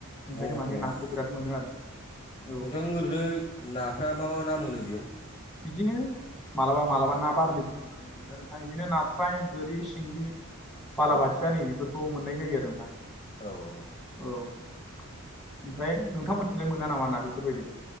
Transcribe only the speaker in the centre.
ओंखायनो
माने नाखौ बिराद मोनो आरो। औ
बिदिनो मालाबा मालाबा ना बारलिफोरबो मोनो नोंथां बिदिनो नास्राय, गोरि, सिंगि बालाबाथिया
नै बेफोरखौ मोननाय जायो आरो नोंथां।
औ ओमफ्राय नोंथांमोनथिंलाय मोना नामा ना बेफोरबायदि?